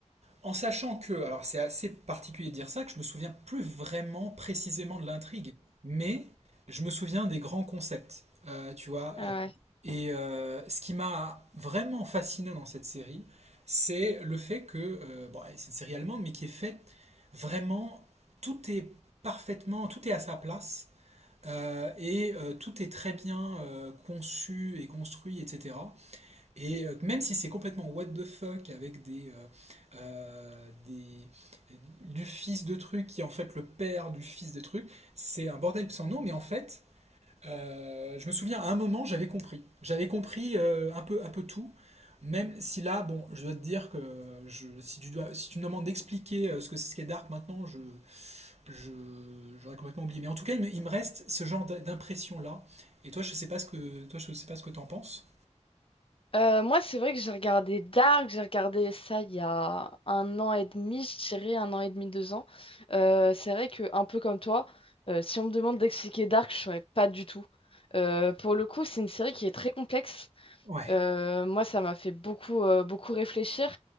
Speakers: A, on the right; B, on the left.
A: En sachant que, alors c'est assez particulier de dire ça, que je me souviens plus vraiment précisément de l'intrigue, mais je me souviens des grands concepts, euh, tu vois.
B: Ah
A: euh,
B: ouais.
A: et euh, ce qui m'a vraiment fasciné dans cette série, c'est le fait que, euh, bon, c'est une série allemande, mais qui est faite vraiment, tout est parfaitement, tout est à sa place, euh, et euh, tout est très bien euh, conçu et construit, etc. Et euh, même si c'est complètement what the fuck avec des, euh, euh, des- du fils de truc qui est en fait le père du fils de truc, c'est un bordel sans nom, mais en fait, euh, je me souviens à un moment j'avais compris. J'avais compris euh, un peu, un peu tout. Même si là, bon, je dois te dire que je, si, tu dois, si tu me demandes d'expliquer euh, ce que c'est ce qu'est Dark maintenant, je, je, j'aurais complètement oublié. Mais en tout cas, il me, il me reste ce genre d'impression là. Et toi, je sais pas ce que toi, je sais pas ce que t'en penses.
B: Euh, moi, c'est vrai que j'ai regardé Dark, j'ai regardé ça il y a un an et demi, je dirais un an et demi, deux ans. Euh, c'est vrai que, un peu comme toi, euh, si on me demande d'expliquer Dark, je saurais pas du tout. Euh, pour le coup, c'est une série qui est très complexe.
A: Ouais.
B: Euh, moi, ça m'a fait beaucoup, euh, beaucoup réfléchir.